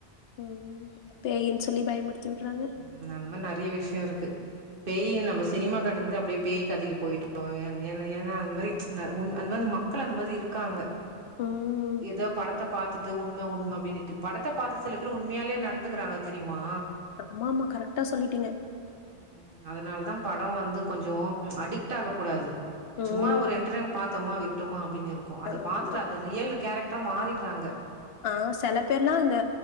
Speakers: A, on the left (about 70°); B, on the right (about 55°).
A: ஓ பேயினு சொல்லி பயமுடுத்தி விடுறாங்க
B: ம் அந்த மாரி நெறைய விஷயம் இருக்கு பேய் நம்ம சினிமா கட்டறது அப்டியே பேய் கதைக்கு போயிட்டோ ஏ ஏன்னா ஏன்னா அந்த மாரி உன் அந்த மாரி நம்ம மக்கள் அந்த மாரி இருக்காங்க
A: ம்.
B: ஏதோ படத்த பாத்துட்டு உண் உண்ம உண்ம அப்டினுட்டு படத்த பாத்து சில பேர் உண்மையாலே நடந்துக்கறாங்க தெரியுமா
A: ஆமாமா கரெக்டா சொல்லிட்டீங்க
B: ம் அதனால தா படோ வந்து கொஞ்சோ அடிக்ட் ஆக கூடாது
A: ம்.
B: சும்மா ஒரு என்டர்டைம் பாத்தோமா விட்டோமா அப்டின் இருக்கு அத
A: ஆமா.
B: பாத்துட்டு அத ரியல் கேரக்ட்ரா மாறிட்றாங்க
A: ஆ செல பேர்லா இந்த